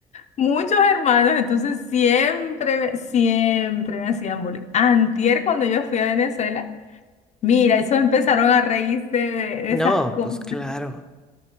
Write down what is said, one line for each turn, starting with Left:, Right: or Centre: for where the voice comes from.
Left: muchos hermanos, entonces siempre, me- siempre me hacían bullying. Antier, cuando yo fui a Venezuela, mira, eso empezaron a reírse de de
Centre: No,
Left: esas cosas.
Centre: pues claro.